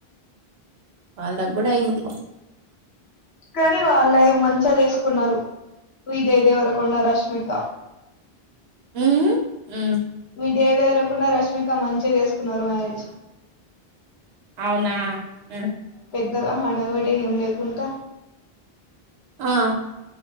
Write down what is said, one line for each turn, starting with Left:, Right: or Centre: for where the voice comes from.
Right: వాళ్ళకు కూడా అయింది
Left: కానీ వాళ్ళవి మంచిగా చేేసుకున్నారు విజయ్ దేవరకొండ రష్మిక
Right: మ్ఉమ్ మ్
Left: విజయ్ దేవరకొండ రష్మిక మంచిగా చేసుకున్నారు మ్యారేజ్
Right: అవునా మ్
Left: అంతగా హడబడి ఏం లేకుంటా?
Right: ఆ